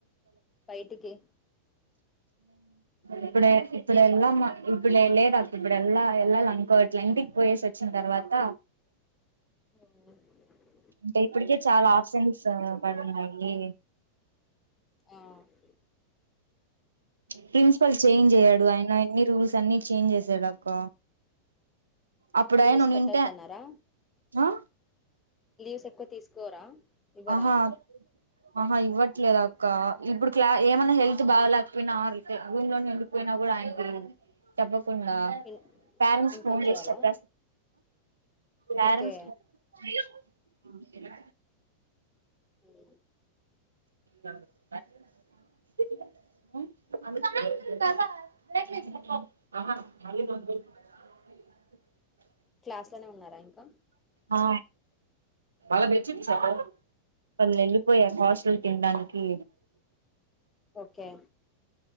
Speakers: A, on the left; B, on the right.
A: బయటికి
B: ఇప్పుడే ఇప్పుడెళ్ళామ ఇప్పుడే లేదు అక్ ఇప్పుడెళ్ళా ఎళ్ళాల అనుకోట్లే ఇంటికి పోయేసి వచ్చిన తర్వాత
A: మ్మ్
B: టే ఇప్పటికే చాలా ఆప్షన్స్ పడున్నాయి
A: ఆహ్హ్
B: ప్రిన్సిపల్ చేంజ్ అయ్యాడు ఆయన ఎన్ని రూల్స్ అన్ని చేంజ్ చేసాడు అక్క అప్పుడు
A: లీవ్స్
B: ఆయన
A: పెట్టొద్ద
B: ఉంటే
A: అన్నార
B: ఆ
A: లీవ్స్ ఎక్కువ తీసుకోరా ఇవ్వరా
B: ఆహా
A: ఆయన
B: ఆహా ఇవ్వట్లేదు అక్క, ఇప్పుడు క్లా ఏమన్నా హెల్త్ బాగాలేకపోయినా ఆతే భూమిలోనే ఉండిపోయినా కూడా ఆయనకి చెప్ప అప్పుడా
A: ఇన్
B: పేరెంట్స్
A: ఇన్ఫార్మ్
B: ఫోన్
A: చేయాలా
B: చేసి చెప్ పేరెంట్స్
A: ఓకే
B: <unintelligible> కనా
A: సరే
B: <inaudible>
A: క్లాస్లోనే ఉన్నారా ఇంకా
B: ఆ మ బెచ సప్ప ప నెలు పోయా హాస్టల్ తినడానికి
A: ఓకే